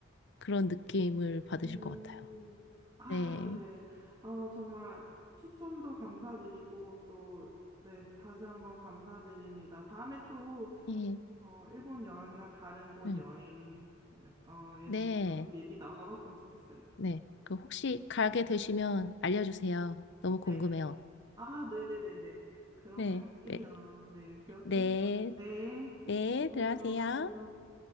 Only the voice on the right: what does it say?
음,
아,
네. 아, 정말 추천도 감사드리고, 또, 네, 다시 한번 감사드립니다. 다음에 또,
어, 일본 여행이나 다른 곳
여행, 어,에
대해서 또 얘기 나눠봤으면 좋겠어요.
네. 아, 네네네네. 그렇게
할게요.
네, 그렇게
해요. 네,
그럼
들어가세요.